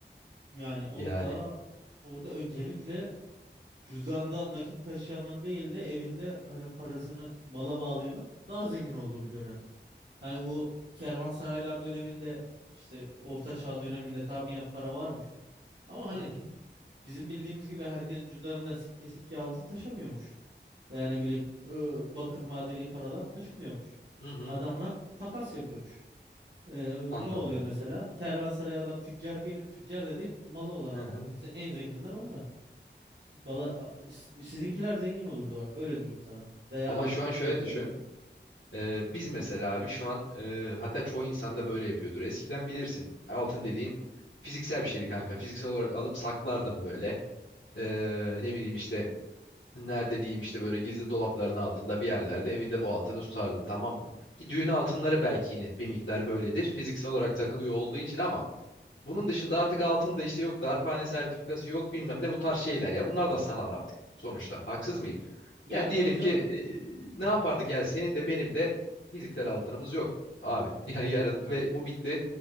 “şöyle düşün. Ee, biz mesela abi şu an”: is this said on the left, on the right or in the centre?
Left